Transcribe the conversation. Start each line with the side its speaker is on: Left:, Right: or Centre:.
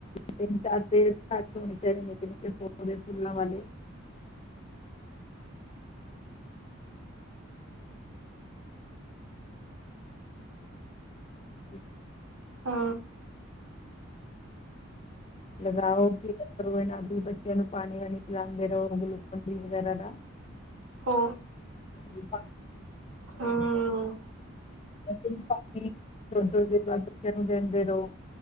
Left: ਤਿਨ ਚਾਰ ਪੇੜ ਘਰ ਹੋਣੇ ਚਾਹੀਦੇ ਨੇ ਨਿੱਕੇ- ਨਿੱਕੇ ਫੁੱਲਾਂ ਵਾਲੇ, ਹੂੰ। <unintelligible> <unintelligible>
Right: ਹਾ।
Left: ਲਗਾਓ ਕਿ ਕਰੋ ਇਹਨਾਂ ਵੀ ਬੱਚਿਆਂ ਨੂੰ ਪਾਣੀ ਵਾਣੀ। ਪੀ ਲਾਂਦੇ ਰਹੋ ਗੁਲੂਕੋ ਦੀ ਵਗੈਰਾ ਦਾ। <inaudible>
Right: ਹੋ
Left: <unintelligible>
Right: ਹੂੰ,
Left: ਥੋੜੀ- ਥੋੜੀ ਦੇਰ ਬਾਅਦ ਬੱਚਿਆਂ ਨੂੰ ਦਿੰਦੇ ਰਹੋ।